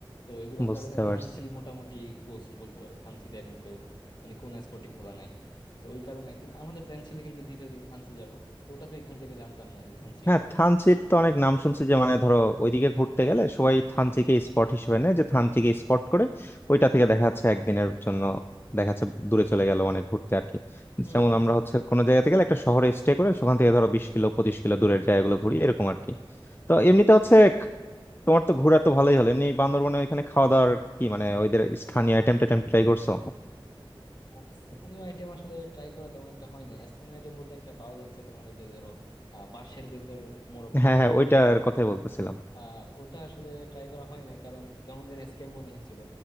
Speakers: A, on the left; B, on the left.
A: তো এগুলার
B: বুঝতে
A: কারণে থানচি
B: পারছি
A: মোটামুটি ক্লোজড বলতে পারো থানচিতে এখন কেউ মানে কোন স্পটই খোলা নাই তো ওই কারণে কিন্তু আমাদের প্ল্যান ছিল কিন্তু দ্বিতীয় দিন থানচি যাব তো ওটা তো এখান থেকে জানতাম না যে থানচি
B: হ্যাঁ থানচির তো অনেক নাম শুনছি যে মানে ধরো ওইদিকে ঘুরতে গেলে সবাই থানচিকে স্পট হিসেবে নেয় যে থানচিকে স্পট করে ওইটা থেকে দেখা যাচ্ছে একদিনের জন্য দেখা যাচ্ছে দূরে চলে গেল অনেক ঘুরতে আর কি
A: ক্লোজ
B: যেমন আমরা হচ্ছে কোনো জায়গা থেকে গেলে একটা শহরে স্টে করে সেখান থেকে ধরো বিশ কিলো পঁচিশ কিলো দূরের জায়গাগুলো ঘুরি এরকম আর কি তো এমনিতে হচ্ছে তোমার তো ঘোরা তো ভালোই হলো এমনি বান্দরবনে ওইখানে খাওয়া দাওয়ার কি মানে ওইদের স্থানীয় আইটেম টাইটেম ট্রাই করছো
A: আহ, স্থানীয় আইটেম আসলে ট্রাই করা তেমন একটা হয় না স্থানীয় আইটেম বলতে একটা পাওয়া যাচ্ছে তোমার ওই যে ধরো আহ, বাঁশের ভেতর মোরগ
B: হ্যাঁ
A: পোলাও
B: হ্যাঁ ওইটার
A: টাইপ আর কি।
B: কথাই বলতেছিলাম
A: আহ ওটা আসলে ট্রাই করা হয় নাই কারণ কেমন যেন স্ক্যাম মনে হচ্ছিল